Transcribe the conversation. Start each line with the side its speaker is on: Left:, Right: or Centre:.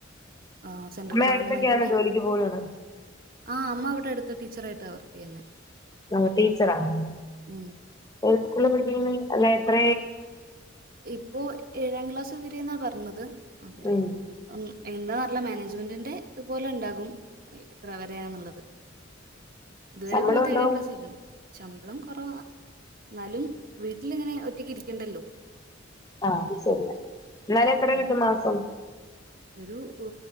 Right: ആ സെൻട്രൽ
Left: അമ്മ
Right: ഗവൺമെന്റിന്റെ
Left: അടുത്തൊക്കെയാണ് ജോലിക്ക് പോകുന്നത്
Right: ആ അമ്മ ഇവിടെ അടുത്ത് ടീച്ചർ ട്ട് വർക്ക് ചെയ്യുന്നത്
Left: <unintelligible> ടീച്ചറാണോ
Right: ഉം.
Left: സ്കൂളാ പഠിപ്പിക്കുന്നത് അല്ല എത്ര
Right: ഇപ്പോ ഏഴാം ക്ലാസ് വരെന്നാ പറഞ്ഞത് അതെ
Left: ഉം
Right: ആ എന്താന്ന് അറിയില്ല മാനേജ്മെന്റിന്റെ ഇതുപോലെ ഉണ്ടാകും എത്ര വരന്നുള്ളത് ഇതുവരെ
Left: ശമ്പളം
Right: പോയത്
Left: ഉണ്ടോ
Right: ഏഴാം ക്ലാസ് <unintelligible> ശമ്പളം കുറവാ എന്നാലും വീട്ടിലിങ്ങനെ ഒറ്റക്ക് ഇ ണ്ടല്ലോ
Left: ആ അത് ശരിയാ എന്നാലും
Right: അപ്പൊ
Left: എത്ര
Right: പിന്നെ
Left: കിട്ടും മാസം
Right: ഒരു ഓ